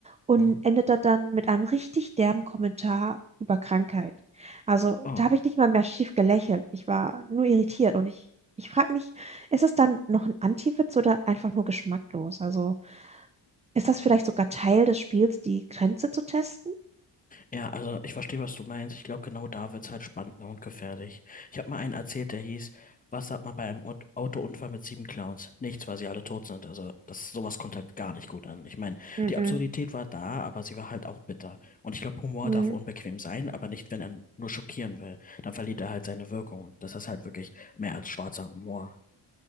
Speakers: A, on the right; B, on the left.
A: und
B: Hm.
A: endete dann mit einem richtig derben Kommentar über Krankheit. Also
B: Oh.
A: da habe ich nicht mal mehr schief gelächelt. Ich war nur irritiert und ich, ich frage mich, ist es dann noch ein Anti-Witz oder einfach nur geschmacklos? Also. Ist das vielleicht sogar Teil des Spiels, die Grenze zu testen?
B: Ja, also ich verstehe, was du meinst. Ich glaube, genau da wird's halt spannender und gefährlich. Ich habe mal einen erzählt, der hieß, was sagt man bei einem Aut- Autounfall mit sieben Clowns? Nichts, weil sie alle tot sind. Also das, sowas kommt halt gar nicht gut an. Ich meine,
A: Mhm.
B: die Absurdität war da, aber sie war halt auch bitter. Und ich glaube, Humor
A: Mhm.
B: darf unbequem sein, aber nicht, wenn er nur schockieren will. Dann verliert er halt seine Wirkung. Und das ist halt wirklich mehr als schwarzer Humor.